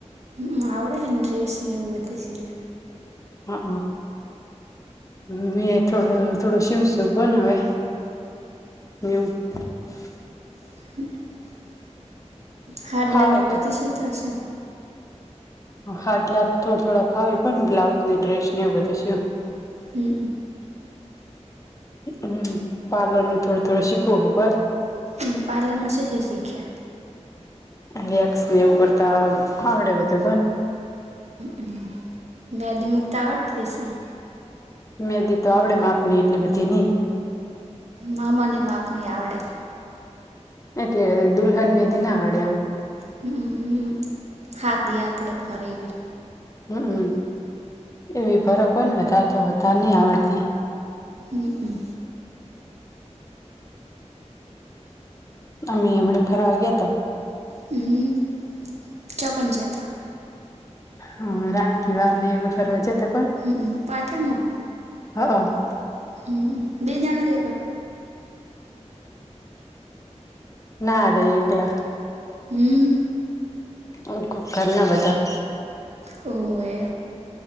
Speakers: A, on the right; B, on the left.
A: હમ્મ આવડેને ડ્રેસ ને એવું સિ
B: હા હ મેં થોડો થોડો શિવ શિવ બનાવે <unintelligible>
A: <inaudible> હાડલાને
B: ફાવે
A: એવું
B: તો
A: બધા શીતો સો.
B: હાડલા થોડ થોડા ફાવે. પણ બ્લાઉઝ ની ડ્રેસ ને એવું બધું સીવું.
A: ને
B: હમ્મ. પાર્લર નું થોડું-થોડું શીખવું હું પન
A: એમ પાર્લરમાં શું-શું શીખ્યા?
B: વેક્સને એવું કરતા આવ આવડે બધું પણ.
A: અમ્મ. મહેંદી મુકતા આવડતી હશે?
B: મેંદી તો આવડે માપની એટલી બધી નહીં.
A: મામા ને માપ ની આવડે.
B: એટલી બધી દુલ્હન મેદી ના આવડે એમ.
A: હમ્મ <unintelligible> આપડે ફરી એવી.
B: હમ્મ. એવી ફરક <unintelligible> વધારે તો વધારે નહીં આવડતી.
A: હમ્મ-હમ્મ.
B: અમેય હમણા ફરવા ગયા તા.
A: હમ્મ. ચ્હા કોન જ્યાં તા?
B: હા રાણકીવાવ ને એવા ફરવા જત
A: હંમ્મ. પાટણમાં?
B: અહં.
A: હમ્મ. બે જણા જયા તા?
B: નારે એકલા.
A: હમ્મ.
B: <unintelligible> ઘરના બધા.
A: હોવે.